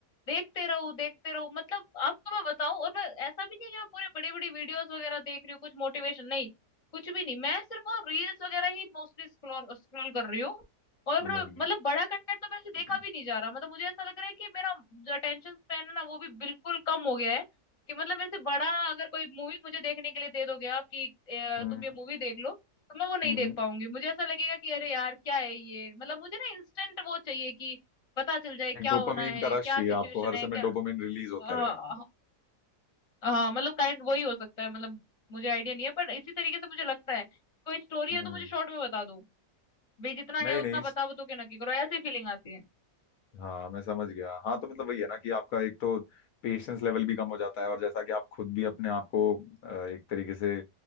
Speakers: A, on the left; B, on the left.
A: देखते रहो देखते रहो मतलब आपको मैं बताऊं और मैं ऐसा भी नहीं है कि मैं पूरे बड़ी बड़ी वीडियोस वगैरह देख रही हूँ कुछ मोटिवेशन नहीं कुछ भी नहीं मैं सिर्फ वो रील्स वगैरह ही मोस्टली स्क्रॉल स्क्रॉल कर रही हूँ और
B: समझ गया
A: मतलब बड़ा कंटेंट तो मेरे से
B: हम्म
A: देखा भी नहीं जा रहा मतलब मुझे ऐसा लग रहा है कि मेरा जो अटेंशन स्पैन है ना वो भी बिल्कुल कम हो गया है कि मतलब मेरे से बड़ा अगर कोई मूवी मुझे देखने के लिए दे दोगे आप कि अ,
B: हम्म
A: तुम
B: हम्म
A: ये मूवी देख लो तो मैं वो नहीं
B: हम्म,
A: देख पाऊंगी मुझे ऐसा लगेगा कि अरे यार क्या है ये मतलब मुझे ना इंस्टेंट वो चाहिए कि पता चल जाए क्या
B: एक डोपामीन
A: होना है
B: का
A: क्या
B: रश चाहिए
A: सिचुएशन
B: आपको हर
A: है
B: समय
A: क्या
B: डोपामीन रिलीज होता
A: हाँ
B: रहे
A: हाँ मतलब काइंड वही हो सकता है मतलब मुझे आइडिया नहीं है बट इसी तरीके से मुझे लगता है कोई स्टोरी
B: हम्म
A: है तो मुझे शॉर्ट में बता दो भाई जितना
B: नहीं
A: है उतना
B: नहीं
A: बता दो के ना कि करो ऐसी फीलिंग आती है
B: हाँ मैं समझ गया हाँ तो मतलब वही है ना कि आपका एक तो पेशेंस लेवल भी कम हो जाता है और जैसा कि आप खुद भी अपने आप को अ, एक तरीके से